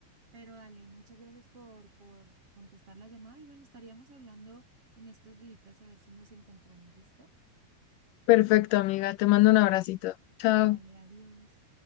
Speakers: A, on the right; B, on the left.
A: Pero dale, muchas gracias por, por contestar la llamada y bueno, estaríamos hablando en estos días a ver si nos encontramos. ¿Listo?
B: Perfecto, amiga. Te mando un abracito. Chao.
A: Dale, adiós.